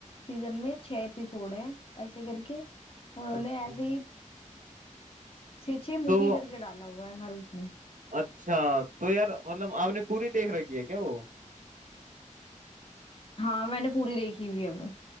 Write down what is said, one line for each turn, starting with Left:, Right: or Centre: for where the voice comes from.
Left: सीजन में छह एपिसोड है ऐसे करके उन्होंने
Right: अच्छा
Left: ऐसे ही छः छः मूवी
Right: तो वो
Left: करके डाला हुआ है हर उसमें
Right: अच्छा तो यार मतलब आपने पूरी देख रखी है क्या वो
Left: हाँ मैंने पूरी देखी हुई है वो